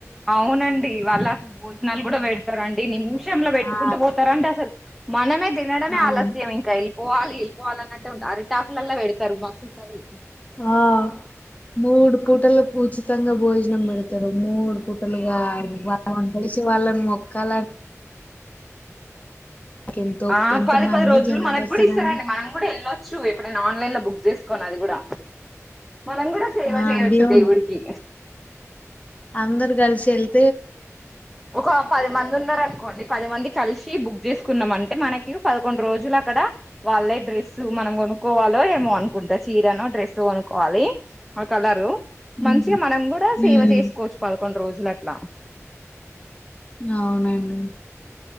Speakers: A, in the centre; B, on the left (about 30°).
A: అవునండి వాళ్ళు అసలు భోజనాలు కూడా పెడతారు అండి నిమిష లో పెట్టుకుంటూ
B: ఆ
A: పోతారు అంట అసలు. మనమే. తినడమే
B: అవును
A: ఆలస్యం ఇంకా ఎల్. పోవాలి వెళ్ళి పోవాలన్నట్టే ఉంటా అరటి ఆకులలో పెడుతారు మస్తుంటది.
B: ఆ మూడు పూటలకు ఉచితంగా భోజనం పెడుతారు మూడు. పూటలుగా అది వంటచేసి. వచి వాళ్ళని మొక్కా ఎంతో
A: ఆ
B: ఎంత
A: పది
B: మంది
A: పది రోజులు
B: జనాలు
A: మనకుగూడా
B: వస్తారండి
A: ఇస్తారండి మనం కూడా వెళ్ళొచ్చు ఎప్పుడైనా అన్లైన్లో బుక్ చేసుకోవాలి అది కూడా. మనం కూడా సేవ
B: ఆ
A: చెయ్యొచ్చు
B: దేవున్
A: దేవుడికి
B: అందరు కలిసి ఎల్తే.
A: ఒక పది మంది ఉన్నారు అనుకోండి పది మందికి కలిసి బుక్ చేసుకున్నాం. అంటే మనకి పదకొండు రోజులు అక్కడ వాళ్ళే డ్రెస్ మనం కొనుక్కోవాలో ఏమో అనుకుంటా చీరనో డ్రెస్ ఒ కొనుక్కోవాలి. ఆ కలరు
B: హ్మ్
A: మంచిగా మనం కూడా
B: హ్మ్
A: సేవ చేసుకోవచ్చు. ప కొన్ రోజుల లా
B: అవునండి.